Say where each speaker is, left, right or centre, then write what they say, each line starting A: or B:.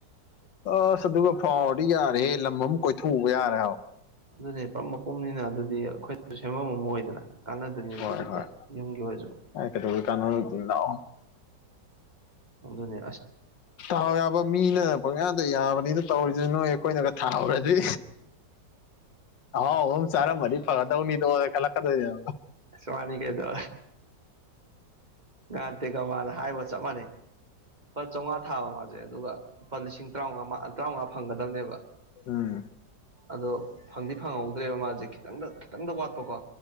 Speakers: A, on the left (about 85°); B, on the right (about 25°).
A: ꯑꯁ ꯑꯗꯨꯒ ꯐꯥꯎꯔꯗꯤ ꯌꯥꯔꯦꯍꯦ ꯂꯝ ꯑꯃ ꯀꯣꯏꯊꯣꯛꯎꯕ ꯌꯥꯔꯦ ꯍꯥꯏꯥꯎ
B: ꯑꯗꯨꯅꯦ ꯄꯝ ꯃꯄꯨꯝꯅꯤꯅ ꯑꯗꯨꯗꯤ ꯑꯩꯈꯣꯏꯁꯨ ꯁꯦꯝꯃꯝꯃꯝ ꯑꯣꯏꯗꯅ ꯀꯥꯟꯅꯗꯣꯏꯅꯦꯕ ꯑꯗꯨꯗꯤ
A: ꯍꯣꯏ
B: ꯄꯨꯔꯥ
A: ꯍꯣꯏ
B: ꯌꯨꯝꯒꯤ ꯑꯣꯏꯔꯁꯨ
A: ꯑꯩ ꯀꯩꯗꯧꯕꯩ ꯀꯥꯟꯅꯔꯨꯗꯣꯏꯅꯣ
B: ꯑꯣꯅꯦ
A: ꯇꯥꯎ ꯌꯥꯕ ꯃꯤꯅ ꯄꯪꯌꯥꯗ ꯌꯥꯕꯅꯤꯗ ꯇꯧꯔꯤꯁꯤ ꯅꯣꯏ ꯑꯩꯈꯣꯏꯅꯒ ꯊꯥꯍꯨꯔꯗꯤ ꯑꯍꯥꯎ ꯑꯍꯨꯝ ꯆꯥꯔꯃꯗꯤ ꯐꯒꯗꯧꯅꯤꯗꯣ ꯀꯂ ꯀꯗꯣꯏ ꯌꯥ
B: ꯁ꯭ꯋꯥꯅꯤ ꯀꯩꯗ ꯥꯟ ꯇ ꯀꯃꯅ ꯍꯥꯏꯕ ꯆꯞ ꯃꯥꯟꯅꯩ ꯂꯨꯄꯥ ꯆꯥꯝꯃꯉꯥ ꯊꯥꯕ ꯃꯥꯁꯦ ꯑꯗꯨꯒ ꯂꯨꯄꯥ ꯂꯤꯁꯤꯡ ꯇꯔꯥꯃꯉꯥ ꯇꯔꯥꯃꯉꯥ ꯐꯪꯒꯗꯕꯅꯦꯕ
A: ꯑ
B: ꯑꯗꯣ ꯐꯪꯗꯤ ꯐꯪꯍꯧꯗ꯭ꯔꯦꯕ ꯃꯥꯁꯦ ꯈꯤꯇꯪꯗ ꯈꯤꯇꯪꯗ ꯋꯥꯠꯄꯀꯣ